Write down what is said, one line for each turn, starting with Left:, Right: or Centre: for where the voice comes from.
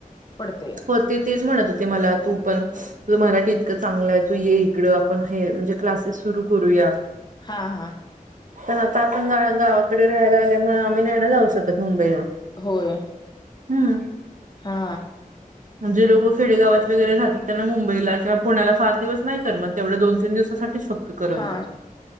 Left: पडतय.
Right: हो ते तेच म्हणत होते मला तू पण तुझं मराठी इतकं चांगलं आहे तू ये. आपण हे म्हणजे क्लासेस सुरू करूया.
Left: हां, हां.
Right: पण आता आपण गा गावाकडे राहायला आल्यामुळा आम्ही नाही ना जाऊ शकत मुंबईला.
Left: होय
Right: हम्म
Left: हा.
Right: जे लोक खेडेगावात वगैरे राहतात त्यांना मुंबईला किंवा पुण्याला फार दिवस नाही कर मग तेवढ्या दोन, तीन दिवसासाठीच फक्त करत
Left: हा